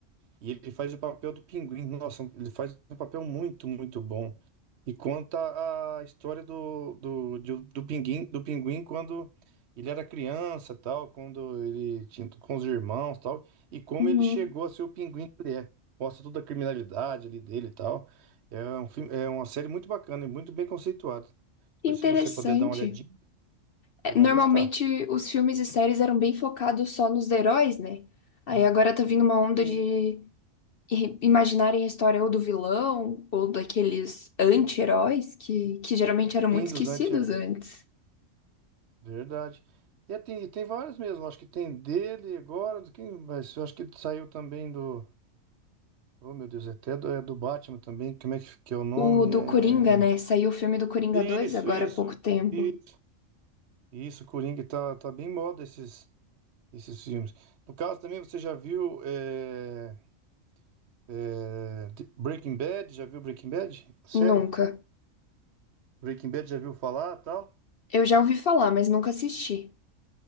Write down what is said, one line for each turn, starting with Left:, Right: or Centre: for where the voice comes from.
Right: E ele faz o papel do pinguim. Nossa, ele faz um papel muito, muito bom. E conta a história do, do, de- do, pinguim, do pinguim quando ele era criança, tal, quando ele tinha com os irmãos, tal, e como
Left: Uhum.
Right: ele chegou a ser o pinguim que ele é. Mostra toda a criminalidade ali dele e tal. É um filme, é uma série muito bacana e muito bem conceituada.
Left: Que
Right: Pois
Left: interessante.
Right: se você puder dar uma olhadinha,
Left: É,
Right: você vai
Left: Normalmente
Right: gostar.
Left: os filmes e séries eram bem focados só nos heróis, né? Aí agora tá vindo uma onda
Right: Sim.
Left: de e imaginarem a história ou do vilão ou daqueles anti-heróis que, que geralmente eram
Right: Fim
Left: muito esquecidos
Right: dos Antes
Left: antes.
Right: Verdade. E tem, e tem vários mesmo, acho que tem dele agora, do quem, mas eu acho que saiu também do. Oh, meu Deus, é até do, é do Batman também. Como é que, que é o nome?
Left: O do
Right: É...
Left: Coringa, né? Saiu o filme do Coringa
Right: Isso,
Left: 2 agora
Right: isso,
Left: há pouco tempo.
Right: isso, isso, Coringa, tá, tá bem em moda esses, esses filmes. No caso também, você já viu é, é, The- Breaking Bad? Já viu Breaking Bad? Série?
Left: Nunca.
Right: Breaking Bad já viu falar tal?
Left: Eu já ouvi falar, mas nunca assisti.